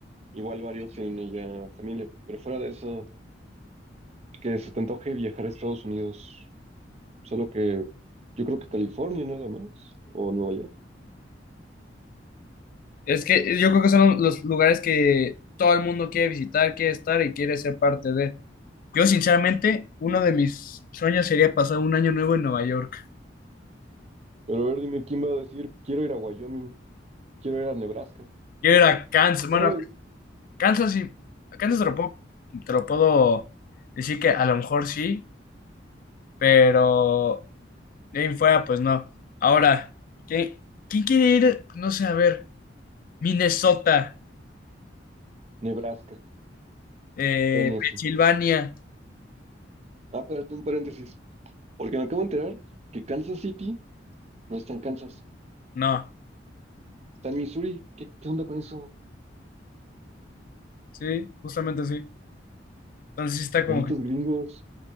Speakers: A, on the right; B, on the left.
A: Igual varios tienen ya familia, pero fuera de eso, que se te antoje viajar a Estados Unidos, solo que yo creo que California nada más, o Nueva York.
B: Es que yo creo que son los lugares que todo el mundo quiere visitar, quiere estar y quiere ser parte de. Yo sinceramente, uno de mis sueños sería pasar un año nuevo en Nueva York.
A: Pero a ver, dime quién va a decir, quiero ir a Wyoming, quiero ir a Nebraska,
B: Quiero ir a Kansas,
A: ¿sabes?
B: bueno, Kansas sí, Kansas te lo puedo, te lo puedo decir que a lo mejor sí, pero de ahí en fuera, pues no. Ahora, ¿quién, quién quiere ir? No sé, a ver, Minnesota,
A: Nebraska,
B: eh,
A: Tennessee.
B: Pensilvania,
A: Ah, espérate un paréntesis, porque me acabo de enterar que Kansas City no está en Kansas,
B: no.
A: está en Missouri. ¿Qué, qué onda con eso?
B: Sí, justamente sí. Entonces sí está
A: Malditos
B: como que.
A: gringos.